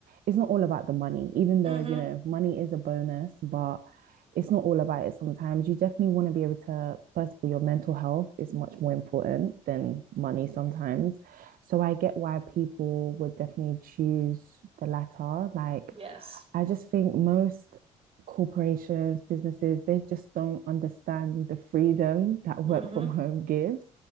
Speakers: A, on the right; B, on the right.
A: it's not all about the money, even though,
B: Mm-hmm.
A: you know, money is a bonus, but it's not all about it sometimes. You definitely want to be able to, first of all, your mental health is much more important than money sometimes. So I get why people would definitely choose the latter. Like,
B: Yes.
A: I just think most corporations, businesses, they just don't understand the freedom that work
B: Mm-hmm.
A: from home gives.